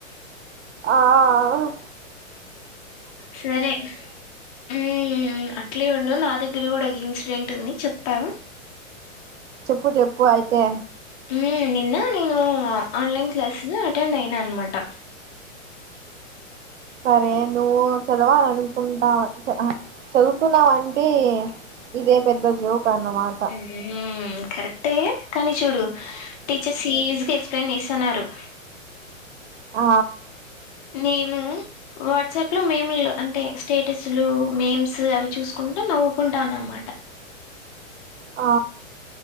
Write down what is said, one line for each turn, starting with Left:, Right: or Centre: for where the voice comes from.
Right: ఆ ఆ
Left: సరే ఊ అట్లే ఉండు నాది ది కూడ ఒక ఇన్సిడెంట్ ఉంది చెప్తాను.
Right: చెప్పు చెప్పు అయితే
Left: ఊ నిన్న నేను ఆన్లైన్ క్లాస్ అటెండ్ అయినా అనమాట
Right: సరే నువ్వు చదవాల అనుకుంటావ చదువుతున్నావంటే ఇదే పెద్ద జోక్ అన్నమాట
Left: ఏయ్ కరెక్టే కానీ చూడు టీచర్స్ ఈజీగా ఎక్స్ప్లెయిన్ చేస్తన్నారు.
Right: ఆ
Left: నేను వాట్సాప్ లో మేము అంటే స్టేటస్లు నేమ్స్ అవి చూసుకుంటా నవ్వుకుంటాన్నమాట.
Right: ఆ